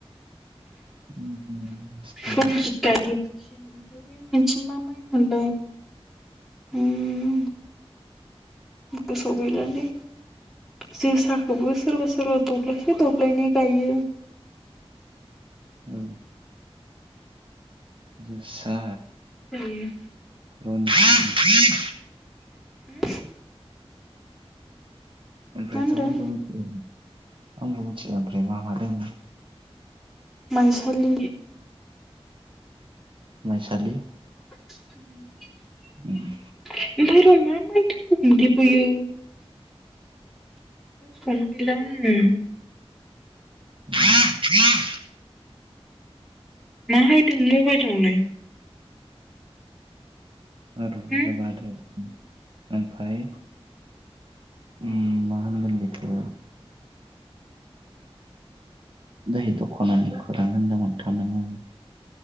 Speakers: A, on the right; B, in the centre.
A: <unintelligible>
B: रनजित <unintelligible> बे मोनसे मा माइ मोनलाय ओम गोसोआव गैलालै जोसाखौबो सोरबा सोरबा दब्लायसे दब्लायनै गायो।
A: ओ जोसा
B: जायो
A: रन्जित
B: होम
A: ओमफ्रायथ
B: होनदों
A: <unintelligible> आंबो मिथिला ओमफ्राय मा दोंङो-
B: माइसालि
A: माइसालि
B: <unintelligible>
A: उम
B: ओइ र मा माइ दंबावोमोनथाम बैयो गोसोआवनो गैला आङो
A: <unintelligible>
B: माहायदों मबाइलावलाय?
A: <unintelligible>
B: हो
A: ओमफाय ओम मा होनगोन बेखो दहै दखनानि खौरां होनदोंमोन थ नोङो